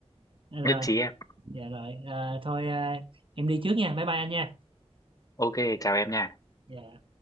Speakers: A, on the right; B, on the left.
A: rồi
B: nhất trí em
A: dạ rồi Ờ, thôi ờ, em đi trước nha bye bye anh nha
B: ok chào em nha
A: Dạ.